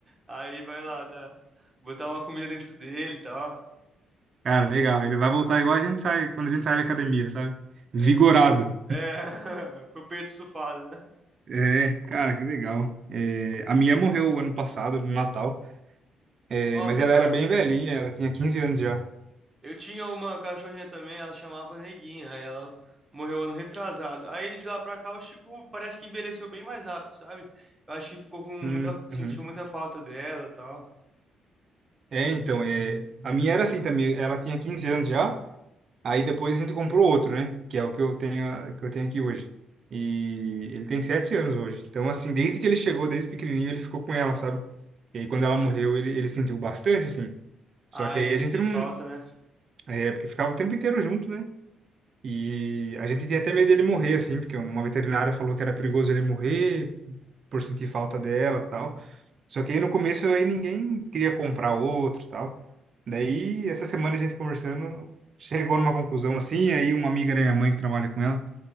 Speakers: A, on the right; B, on the right.
A: Aí vai lá, dá- botar uma comida dentro dele e tal.
B: Cara, legal. Ele vai voltar igual a gente sai, quando a gente sai da academia, sabe? Vigorado.
A: É, tu- é, <laughs> com o peito estufado, né?
B: É, cara, que legal. É, a minha morreu ano passado, no Natal. É,
A: Nossa,
B: mas ela
A: cara.
B: era bem velhinha, ela tinha 15 anos já.
A: Eu tinha uma cachorrinha também, ela chamava Neguinha, aí ela morreu ano retrasado. Aí de lá pra cá o Chico parece que envelheceu bem mais rápido, sabe? Eu acho que ficou com muita,
B: Uhum.
A: sentiu muita falta dela, e tal.
B: É, então, é, a minha era assim também. Ela tinha 15 anos já. Aí depois a gente comprou outro, né? Que é o que eu tenho, que eu tenho aqui hoje. E ele tem sete anos hoje. Então, assim, desde que ele chegou, desde pequenininho, ele ficou com ela, sabe? E aí, quando ela morreu, ele, ele sentiu bastante, assim. Só
A: Ah,
B: que
A: eles
B: aí
A: sentem
B: a gente não.
A: falta, né?
B: É, porque ficava o tempo inteiro junto, né? E a gente tinha até medo dele morrer, assim, porque uma veterinária falou que era perigoso ele morrer por sentir falta dela tal. Só que aí no começo aí ninguém queria comprar outro tal. Daí, essa semana a gente conversando, chegou numa conclusão assim, aí uma amiga da minha mãe que trabalha com ela,